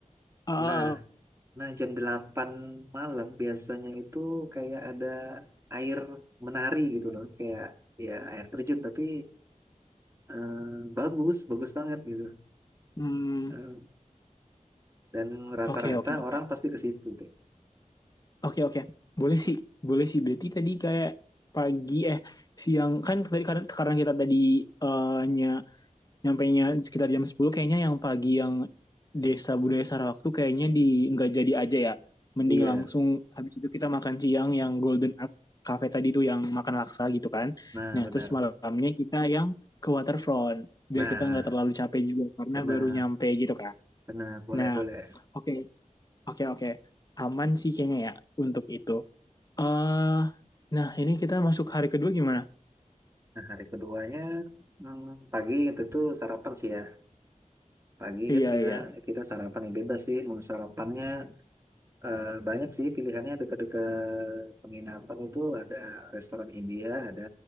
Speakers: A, on the left (about 30°); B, on the right (about 20°).
A: Ah,
B: Nah, nah jam 8 malam biasanya itu kayak ada air menari gitu loh, kayak ya air terjun tapi eh, bagus, bagus banget gitu.
A: hmm,
B: Eh, dan rata-rata
A: Oke, oke, oke.
B: orang pasti ke situ deh.
A: Oke, oke. Boleh sih. Boleh sih. Berarti tadi kayak pagi eh siang kan tadi karena, karena kita tadi eh, nyampainya sekitar jam sepuluh kayaknya yang pagi yang desa budaya Sarawak tuh kayaknya di nggak jadi aja ya. Mending
B: Iya,
A: langsung habis itu kita makan siang yang Golden Art Cafe tadi tuh yang makan laksa gitu kan.
B: nah
A: Nah,
B: benar.
A: terus malamnya kita yang ke waterfront biar
B: Nah,
A: kita nggak terlalu capek juga karena
B: benar.
A: baru nyampe gitu kan.
B: Benar, boleh,
A: Nah,
B: boleh.
A: oke, oke, oke. Aman sih kayaknya ya untuk itu. Eh, nah ini kita masuk hari kedua gimana?
B: Nah, hari keduanya hmm, pagi tentu sarapan sih ya. Pagi
A: Iya,
B: kan kita
A: iya.
B: kita sarapan yang bebas sih, mau sarapannya Eh, banyak sih pilihannya dekat-dekat penginapan itu ada restoran India, ada